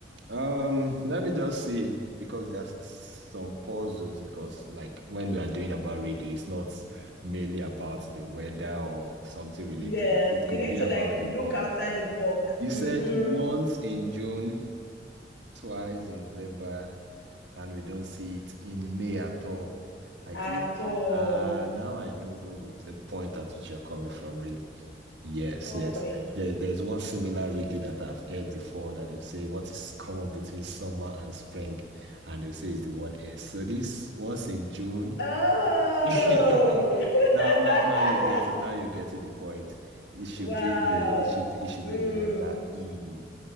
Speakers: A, on the right; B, on the left.
A: Um, let me just see because there's some puzzles because like when we are doing about radio, it's not mainly about the weather or something related.
B: Yes,
A: It
B: you
A: could
B: need
A: be
B: to
A: about
B: like look
A: the world.
B: outside the box.
A: You
B: Mm-hmm.
A: said once in June, twice in November, and we don't see it in May at all. I
B: At
A: think
B: all.
A: uh now I know where- the point at which you're coming from, really. Yes,
B: Role
A: yes.
B: playing.
A: There, there's one similar reading that I've heard before that they say what is common between summer and spring, and they say it's the word S. So this once in June.
B: Oh,
A: <laughs>
B: <laughs>
A: Now, now, now you get it. Now you get to the point. It should
B: wow.
A: be the it should be, it should
B: Mm,
A: be the letter E.